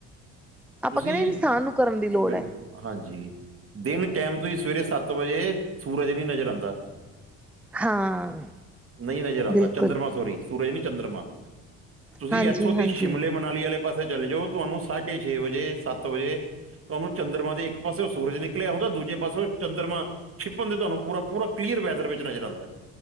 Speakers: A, in the centre; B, on the right.
A: ਆਪਾਂ
B: ਤੁਸੀਂ
A: ਕੈਂਦੇ ਇਨਸਾਨ ਨੂੰ ਕਰਨ ਦੀ ਲੋੜ
B: ਬਿਲਕੁਲ
A: ਐ।
B: ਹਾਂਜੀ ਦਿਨ ਟੈਮ ਤੋਂ ਈ ਸਵੇਰੇ ਸੱਤ ਵਜੇ ਸੂਰਜ ਨੀ ਨਜ਼ਰ ਆਂਦਾ।
A: ਹਾਂ।
B: ਨਈ ਨਜ਼ਰ ਆਂਦਾ
A: ਬਿਲਕੁਲ
B: ਚੰਦਰਮਾ ਸੋਰੀ ਸੂਰਜ ਨੀ ਚੰਦਰਮਾ। ਤੁਸੀਂ
A: ਹਾਂਜੀ
B: ਐਥੋਂ ਦੀ
A: ਹਾਂਜੀ
B: ਸ਼ਿਮਲੇ, ਮਨਾਲੀ ਆਲੇ ਪਾਸੇ ਚਲੇ ਜਾਓ ਤੁਹਾਨੂੰ ਸਾਢੇ ਛੇ ਵਜ, ਸੱਤ ਵਜੇ ਤੁਹਾਨੂੰ ਚੰਦਰਮਾ ਦੇ ਇੱਕ ਪਾਸੇ ਓ ਸੂਰਜ ਨਿਕਲਿਆ ਹੁੰਦਾ ਦੂਜੇ ਪਾਸੇ ਓ ਚੰਦਰਮਾ ਛਿਪਣ ਤੇ ਤੁਹਾਨੂੰ ਪੂਰਾ-ਪੂਰਾ ਕਲੀਅਰ ਵੈਦਰ ਵਿੱਚ ਨਜ਼ਰ ਆਂਦੈ।